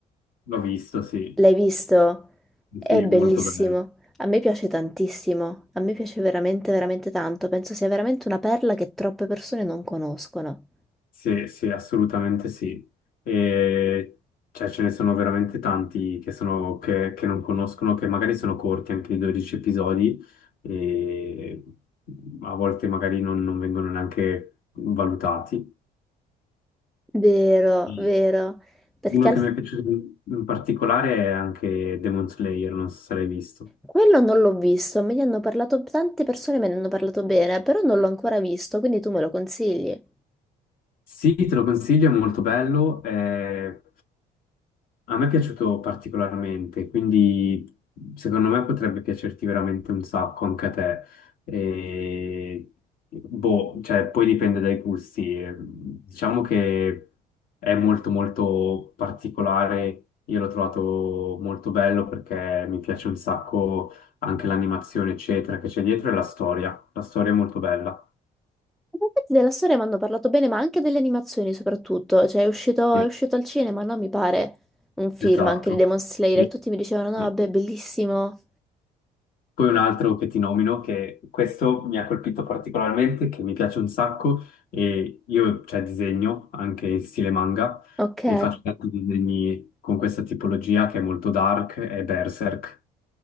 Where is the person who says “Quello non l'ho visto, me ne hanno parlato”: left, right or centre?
Centre